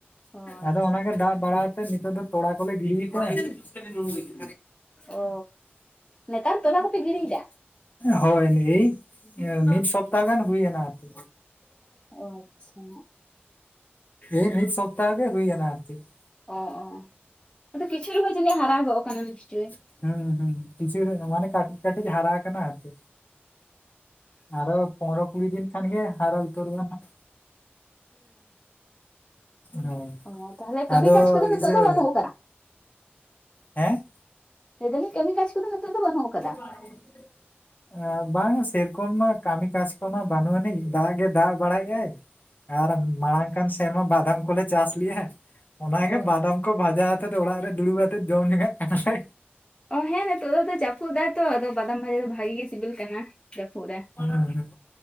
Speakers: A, on the left; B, on the left.
A: ᱚ ᱟᱪᱪᱷᱟ
B: ᱟᱫᱚ ᱚᱱᱟᱜᱮ ᱫᱟᱜ ᱵᱟᱲᱟ ᱱᱤᱛᱚᱜ ᱫᱚ ᱛᱚᱲᱟ ᱠᱚᱞᱮ ᱜᱤᱰᱤ ᱠᱟᱜ-ᱟ
A: ᱚ ᱱᱮᱛᱟᱨ ᱛᱚᱞᱟ ᱠᱚᱯᱮ ᱜᱤᱲᱤᱭᱮᱫᱟ ᱾
B: ᱦᱚᱭ ᱦᱤᱞᱤ ᱢᱤᱫ ᱥᱚᱯᱛᱟ ᱜᱟᱱ ᱦᱩᱭᱮᱱᱟ ᱟᱨᱠᱤ
A: ᱚ ᱟᱪᱪᱷᱟ
B: ᱤ ᱢᱤᱫ ᱥᱚᱯᱛᱟ ᱜᱮ ᱦᱩᱭ ᱮᱱᱟ ᱟᱨᱠᱤ <unintelligible>
A: ᱚ ᱚ ᱚ ᱟᱫᱚ ᱠᱤᱪᱷᱩ ᱨᱮᱦᱚ ᱡᱟᱹᱱᱤᱡ ᱦᱟᱨᱟ ᱜᱚᱜ ᱠᱟᱱᱟ ᱱᱤᱥᱪᱚᱭ ᱾
B: ᱦᱤᱜ ᱤ ᱦᱤᱜ <unintelligible> ᱤ ᱠᱤᱪᱷᱩ ᱢᱟᱱᱮ ᱠᱟᱹᱴᱤᱡ ᱠᱟᱹᱴᱤᱡ ᱦᱟᱨᱟ ᱟᱠᱟᱱᱟ ᱟᱨᱠᱤ ᱟᱨᱚ ᱯᱚᱱᱨᱚ ᱠᱩᱲᱤ ᱫᱤᱱ ᱠᱷᱟᱱᱜᱮ ᱦᱟᱨᱟ ᱩᱛᱟᱹᱨᱚᱜ-ᱟ ᱦᱟᱸᱜ ᱦᱳᱭ
A: ᱚᱸ ᱛᱟᱦᱚᱞᱮ ᱠᱟᱹᱢᱤ
B: ᱟᱫᱚ
A: ᱠᱟᱡ
B: ᱤᱭᱟᱹ
A: ᱠᱚᱫᱚ ᱵᱟᱱᱩᱜ ᱠᱟᱫᱟ
B: ᱦᱮᱸ
A: ᱞᱟᱹᱭᱫᱟᱞᱤᱧ ᱠᱮᱢᱤᱠᱟᱡᱽ ᱠᱚᱫᱚ ᱱᱤᱛᱚᱜ ᱫᱚ ᱵᱟᱹᱱᱩᱜ ᱠᱟᱫᱟᱹ
B: <inaudible> ᱵᱟᱝᱟ ᱥᱮᱨᱚᱠᱚᱢ ᱢᱟ ᱠᱟᱹᱢᱤ ᱠᱟᱡᱽ ᱠᱚᱢᱟ ᱵᱟᱹᱱᱩᱜ ᱟᱹᱱᱤᱡ ᱫᱟᱜ ᱜᱮ ᱫᱟᱜ ᱵᱟᱲᱟᱭᱮᱜᱟᱭ ᱾ ᱟᱨ ᱢᱟᱲᱟᱝ ᱠᱟᱱ ᱥᱮᱨᱢᱟ ᱵᱟᱫᱟᱢ ᱠᱚᱞᱮ ᱪᱟᱥ ᱞᱮᱜ-ᱟ ᱚᱱᱟᱜᱮ
A: ᱚ
B: ᱵᱟᱫᱟᱢ ᱠᱚ ᱵᱷᱟᱡᱟ ᱦᱟᱛᱮ ᱚᱲᱟᱜ ᱨᱮ ᱫᱩᱲᱩᱵ ᱟᱛᱮᱫ ᱡᱚᱢ ᱞᱮᱜᱟᱜ ᱠᱟᱱᱟ ᱞᱮ
A: ᱚ ᱦᱮᱸ ᱱᱮᱛᱚᱜ ᱫᱚᱛᱚ ᱡᱟᱹᱯᱩᱫ ᱫᱟᱭᱛᱚ ᱟᱫᱚ ᱵᱟᱫᱟᱢ ᱵᱷᱟᱡᱟ ᱫᱚ ᱵᱷᱟᱜᱤ ᱜᱮ ᱥᱤᱵᱤᱞ ᱠᱟᱱᱟ ᱡᱟᱹᱯᱩᱫ ᱨᱮ
B: ᱦᱩᱸ ᱦᱩᱸ